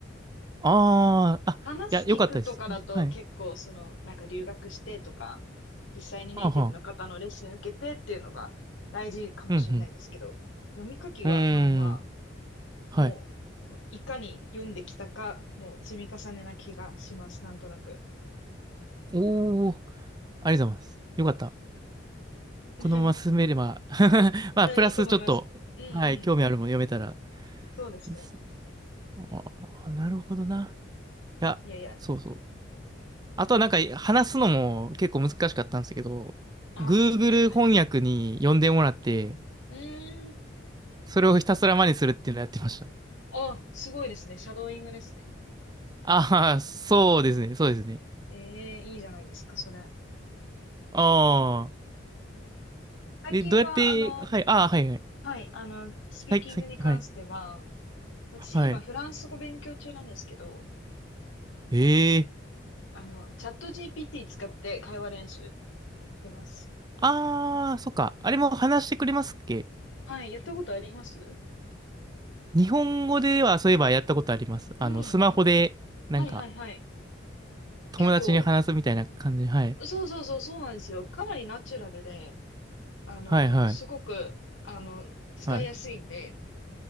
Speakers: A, on the right; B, on the left.
A: ああ、あ、
B: 話聞くとかだと結構、
A: いや、よかったです。はい。
B: その、なんか留学してとか、実際にネイティブの方のレッスン受けてっていうのが大事かもしれないですけど、
A: はあはあ。うん、
B: 読み書きはまあま
A: うん。うーん。はい。
B: あ、もう、いかに読んできたかの積み重ねな気がします、なんとなく。
A: おお、ありがとうございます。よかった。このまま進めれば
B: <laughs>
A: <laughs> まあ、
B: うん、
A: プラスちょっと、
B: いいと思います。うんうん。
A: はい、興味あるもの読めたら
B: そうですね。
A: いいっす。ああ、なるほどな。いや、
B: いやいや。
A: そうそう。あとはなんか話すのも結構難しかったんですけど、
B: ああ、
A: Google
B: そうですよね。
A: 翻訳に呼んでもらって、
B: うーん。
A: それをひたすら真似するっていうのをやってました。
B: あ、すごいですね。シャドーイングですね。
A: ああ、そうですね、そうですね。
B: ええ、いいじゃないですか、それ。
A: ああ。
B: 最近は、
A: え、どうやって、
B: あの、
A: はい、ああ、はいはい。
B: はい、あの、スピーキングに関しては、
A: はい、さっき、はい、
B: 私今フランス語勉強中なんですけど、
A: はい。ええ
B: あの、チャット GPT 使って会話練習してます。
A: ああ、そっか。あれも話してくれますっけ
B: はい、やったことあります
A: 日本語ではそういえばやったことあります。
B: うん。
A: あの、スマホで、なんか、
B: はいはいはい。
A: 友達に話すみたいな感じ。
B: 結構、
A: はい。
B: そうそうそう、そうなんですよ。かなりナチュラルで、あの、
A: はい、はい、
B: すごく、あの、使いやすいんで、
A: はい。